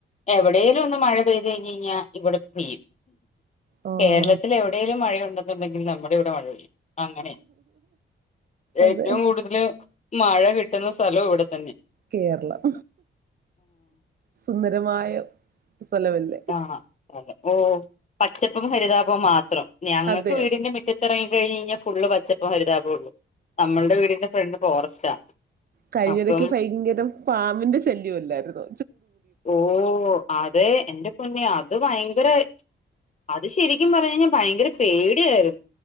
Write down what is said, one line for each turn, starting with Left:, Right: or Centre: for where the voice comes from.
Left: എവിടെ യെങ്കിലും ഒന്ന് മഴ പെയ്ത് കഴിഞ്ഞ് കഴിഞ്ഞാ ഇവിടെ പെയ്യും
Right: ആഹ്
Left: കേരളത്തില് എവിടേലും മഴ ഉണ്ടേ ണ്ടെങ്കിൽ നമ്മുടെ ഇവിടെ മഴ പെയ്യും അങ്ങനെയ ഏറ്റവും
Right: അതെ
Left: കൂടുതല് മഴ കിട്ടുന്ന സ്ഥലവും ഇവിടെ തന്നെയ
Right: കേരളം സുന്ദരമായ സ്ഥലമലെ
Left: ആ അതെ ഓ പച്ചപ്പും ഹരിതാപവും മാത്രം ഞങ്ങൾക്ക്
Right: അതെ
Left: വീടിന്റെ
Right: അതെ
Left: മുറ്റത്തെറങ്ങി കഴിഞ്ഞ് കഴിഞ്ഞാ ഫുള് പച്ചപ്പും ഹരിതാപവും ഉള്ളൂ നമ്മൾടെ വീടിന്റെ ഫ്രണ്ട് ഫോറസ്റ്റാ
Right: കഴിഞ്ഞടക്ക്
Left: അപ്പം
Right: ഭയങ്കരം പാമ്പിൻ്റെ ശല്യം അല്ലായിരുന്നോ
Left: ഓ അതെ എൻ്റെ പൊന്നെ അ അത് ഭയങ്കര അത് ശരിക്കും പറഞ്ഞ് കഴിഞ്ഞാ ഭയങ്കര പേടിയായിരു